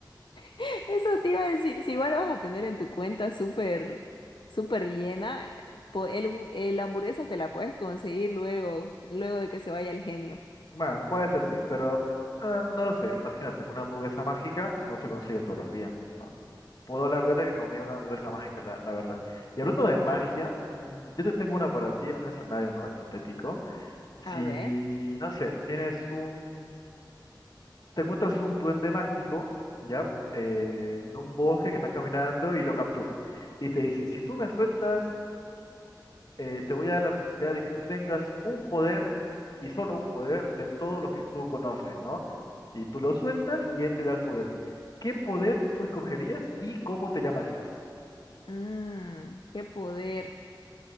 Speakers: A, on the left (about 80°); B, on the left (about 55°).
A: <laughs> Eso te iba a decir, si igual vas a tener en tu cuenta súper, súper llena, po- el, el hamburguesa te la puedes conseguir luego, luego de que se vaya el genio.
B: Bueno, puede ser sí, pero ah, no lo sé. Imagínate, una hamburguesa mágica no se consigue todos los días, ¿no? Puedo hablar de que comí una hamburguesa mágica, la, la verdad. Y hablando de magia, mm, yo te tengo una para ti en un escenario, ¿no? Hipotético.
A: A
B: Si,
A: ver,
B: no sé, tienes un, te encuentras un duende mágico, ¿ya? Eh, en un bosque que estás caminando y lo capturas. Y te dice, si tú me sueltas eh, te voy a dar la posibilidad de que tú tengas un poder y solo un poder de todos los que tú conoces, ¿no? Y tú lo sueltas y él te da el poder. ¿Qué poder tú escogerías y cómo te llamarías?
A: mm, qué poder.